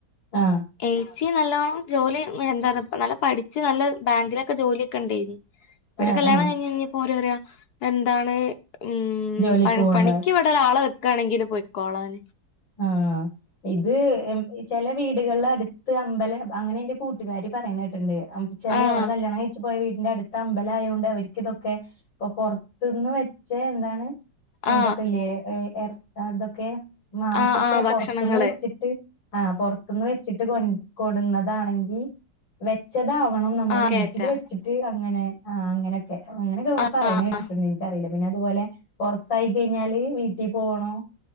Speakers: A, on the left (about 80°); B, on the left (about 65°).
A: ആഹ്
B: ഏച്ചി നല്ലോണം ജോലി എന്താ നല്ല പഠിച്ച് നല്ല ബാങ്കിലൊക്കെ ജോലിയൊക്കെ ഉണ്ടായിരുന്നു
A: ആഹ്
B: ഇ കല്യാണം
A: ആഹ്
B: കഴിഞ്ഞഞ് കഴിഞ്ഞപ്പോ പോരും അറിയ എന്താണ് ഉ
A: ജോലിക്ക് പോണ്ട
B: പണിക്ക് ഒരാള വെക്കണെങ്കില് പോയിക്കോളാന്
A: ആഹ് ഇത് എം ചില വീടുകളിൽ അടുത്ത് അമ്പലം അങ്ങനെ എന്റെ കൂട്ടുകാര് പറയിനേട്ടണ്ട് അച്ചല്
B: ആ
A: അവള് കല്യാണം കഴച്ച് പോയ വീടിന്റെ അ അമ്പലയതോണ്ട് അവർക്ക് തൊക്കെ പ്പൊ പുറത്തുന്ന് വെച്ച എന്താണ് എന്തൊക്കെല്ലേ
B: ആ
A: അതൊക്കെ മാംസൊക്കെ
B: ആ ആ ഭക്ഷണങ്ങള്
A: പുറത്തുന്ന് വെച്ചിട്ട് ആ ന്ന് വെച്ചിട്ട് കൊ കൊടുന്നതാണെങ്കിൽ വെച്ചതാവണം നമ്മെ
B: ആ
A: വീട്ടിൽ
B: കേറ്റാ
A: വെച്ചിട്ട് ട്ട് അങ്ങനെ ആ അങ്ങനൊക്കെ അങ്ങനൊക്കെ നമ്മള്
B: ആ
A: പറയ കേട്ടിട്ടുണ്ട്
B: ആ
A: എനിക്കറിയില്ല പിന്നെ അതുപോലെ പൊറ്ത്തായി കഴിഞ്ഞാല് വീട്ടി പോണം